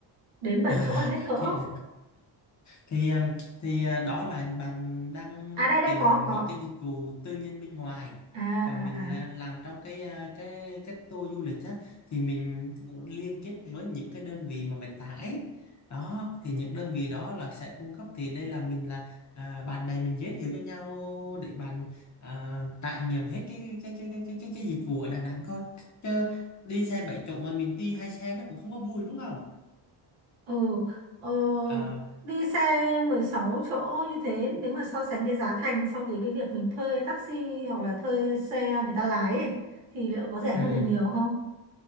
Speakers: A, on the right; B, on the left.
A: đến
B: à
A: 7 chỗ là hết cỡ
B: thì thì um, thì uh, đó là bạn đang
A: à đây đây
B: tìm
A: có có
B: những cái dịch vụ tư nhân bên ngoài
A: à à
B: còn mình
A: à
B: là làm trong cái uh, cái cái tour du lịch á thì mình cũng liên kết với những cái đơn vị mà vận tải đó thì những đơn vị đó là sẽ cung cấp thì đây là mình là à, bạn bè mình giới thiệu cho nhau để bạn à, trải nghiệm hết cái cái cái cái cái cái, cái dịch vụ ở Đà Nẵng thôi chứ đi xe bảy chỗ mà mình đi hai xe nó cũng không có vui đúng không
A: Ừ, ờ,
B: À,
A: đi xe 16 chỗ như thế nếu mà so sánh cái giá thành so với cái việc mình thuê taxi hoặc là thuê xe người ta lái ấy, thì liệu có rẻ
B: ừ.
A: hơn được nhiều không?